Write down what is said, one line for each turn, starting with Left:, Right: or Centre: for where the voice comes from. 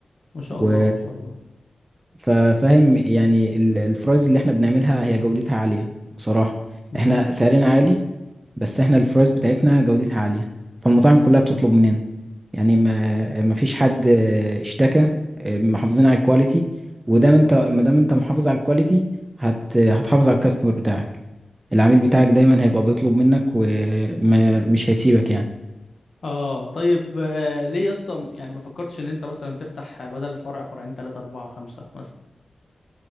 Left: ما شاء
Right: و
Left: الله ما شاء الله
Right: ففاهم يعني ال- الفرايز اللي احنا بنعملها هي جودتها عالية بصراحة
Left: جميل
Right: احنا سعرنا عالي بس احنا الفرايز بتاعتنا جودتها عالية فالمطاعم كلها بتطلب مننا يعني ما ما فيش حد اه، اشتكى اه، محافظين على الكواليتي ودام انت ما دام انت محافظ على الكواليتي هت هتحافظ على الكاستمر بتاعك العميل بتاعك دايما هيبقى بيطلب منك ومش هيسيبك يعني
Left: اه طيب آه ليه يا اسطى يعني ما فكرتش ان انت مثلا تفتح بدل فرع فرعين ثلاثة أربعة خمسة مثلا